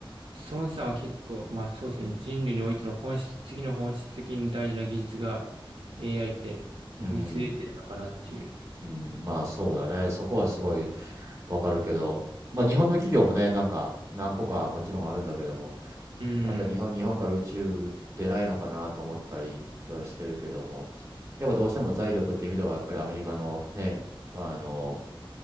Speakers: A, on the right (about 70°); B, on the right (about 30°).
A: 孫さんは結構、まあそうですね、人類においての本質、次の本質的に大事な技術が AI って見据えてるのかなっていう。
B: うん。うん、まあそうだね。そこはすごいわかるけど、まあ日本の企業もね、なんか何個かもちろんあるんだけども、
A: うん。
B: なんか日本、日本から宇宙出ないのかなと思ったりはしてるけども、やっぱどうしても財力っていう意味では、やっぱりアメリカのね、あの、